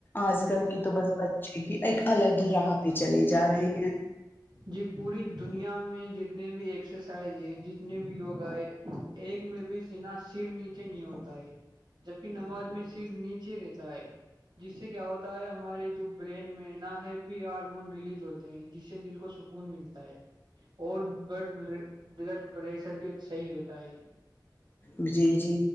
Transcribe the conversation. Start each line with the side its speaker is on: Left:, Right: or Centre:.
Left: آج کل کی تو بس بچے کی ایک الگ ہی رح بھی چلے جا رہے ہیں
Right: جی پوری دنیا میں جتنے بھی ایکسرسائز ہے جتنے بھی یوگا ہے ایک میں بھی سنا سر نیچے نہیں ہوتا ہے جبک نماز میں سر نیچے رہتا ہے جس سے کیا ہوتا ہے ہمارے جو برین میں نہ ہیپی ہارمون ریلیز ہوتے ہیں جس سے دل کو سکون ملتا ہے اور بٹ بلڈ پریشر بھی ا صحیح رہتا ہے
Left: وجے جی